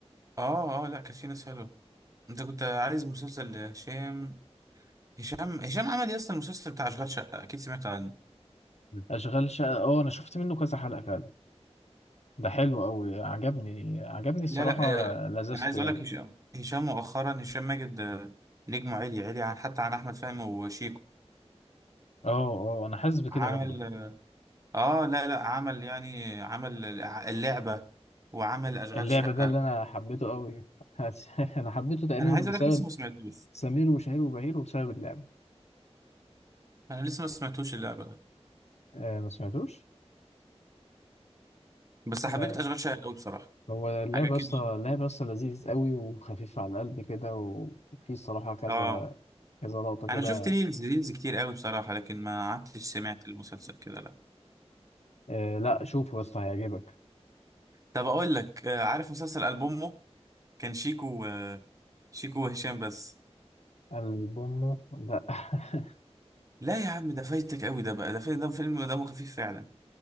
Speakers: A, on the right; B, on the left.
A: اه اه لا كانت في ناس حلوه انت كنت عايز مسلسل هشام هشام هشام عمل يا اسطى المسلسل بتاع اشغال شقه اكيد سمعت عنه
B: اشغال شقه اه انا شفت منه كذا حلقه فعلا ده حلو قوي عجبني عجبني الصراحه
A: لا لا آه،
B: لذذته
A: انا عايز
B: يعني
A: اقول لك هشام هشام مؤخرا هشام ماجد آه، نجمه عالي عالي عن حتى عن احمد فهمي وشيكو
B: اه اه انا حاسس بكده
A: عمل
B: برضو
A: اه لا لا عمل يعني عمل اللعبه وعمل اشغال
B: اللعبه
A: شقه
B: ده اللي انا حبيته قوي حاسس- <laughs> انا حبيته تقريبا
A: انا عايز
B: بسبب
A: اقول لك لسه ما سمعتوش
B: سمير وشهير وبهير وبسبب اللعبه
A: انا لسه ما سمعتوش اللعبه ده
B: آه ما سمعتوش
A: بس
B: لا
A: حبيت اشغال شقه قوي بصراحه
B: هو اللعبه
A: حاجه كده
B: اصلا اللعبه اصلا لذيذ قوي وخفيف على القلب كده و- وفي الصراحه كذا
A: اه
B: كذا لقطه كده
A: انا شفت ريلز ريلز كتير قوي بصراحه لكن ما قعدتش سمعت المسلسل كده لا
B: آه لا شوفه يا اسطى هيعجبك
A: طب اقول لك آه، عارف مسلسل البومه كان شيكو آه، شيكو وهشام بس
B: ألبومه لا <laughs>
A: لا يا عم ده فايتك قوي ده بقى ده فايت ده فيلم دمه خفيف فعلا